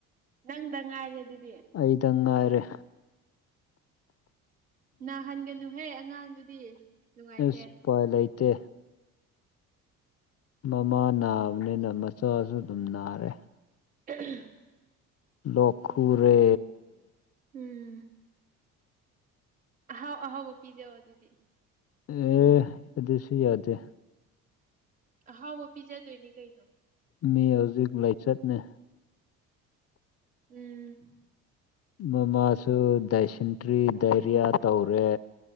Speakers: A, on the right; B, on the left.
A: ꯅꯪꯗ ꯉꯥꯏꯔꯦ ꯑꯗꯨꯗꯤ
B: ꯑꯩꯗ ꯉꯥꯏꯔꯦ
A: ꯅꯥꯍꯟꯒꯅꯨꯍꯦ ꯑꯉꯥꯡꯗꯨꯗꯤ ꯅꯨꯡꯉꯥꯏꯇꯦ
B: ꯏꯁ ꯎꯄꯥꯏ ꯂꯩꯇꯦ ꯃꯃꯥ ꯅꯥꯕꯅꯤꯅ ꯃꯆꯥꯁꯨ ꯑꯗꯨꯝ ꯅꯥꯔꯦ
A: <unintelligible>
B: ꯂꯣꯛꯈꯦ
A: ꯎꯝ ꯑꯍꯥꯎ ꯑꯍꯥꯎꯕ ꯄꯤꯖꯕ ꯑꯗꯨꯗꯤ
B: ꯑꯦ ꯑꯗꯨꯗꯁꯨ ꯌꯥꯗꯦ
A: ꯑꯍꯥꯎꯕ ꯄꯤꯖꯗꯣꯏꯅꯤ ꯀꯩꯅꯣ
B: ꯃꯤ ꯍꯧꯖꯤꯛ ꯂꯥꯏꯆꯠꯅꯦ
A: ꯎꯝ
B: ꯃꯃꯥꯁꯨ ꯗꯥꯏꯁꯟꯇ꯭ꯔꯤ ꯗꯥꯏꯔꯤꯌꯥ ꯇꯧꯔꯦ